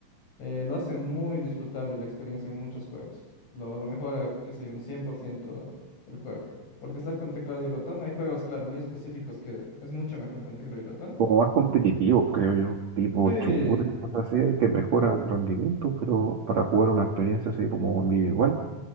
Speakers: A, on the left (about 60°); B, on the right (about 70°).
A: eh, lo hace muy disfrutable la experiencia en muchos juegos. Lo, lo mejora, qué sé yo, un 100% el juego. Porque estar con teclado y ratón, hay juegos, claro, muy específicos que es mucho mejor con teclado y ratón.
B: como más competitivos, creo yo, tipo
A: Sí,
B: shooters, cosas así, y te mejora el rendimiento, pero para jugar una experiencia así como individual,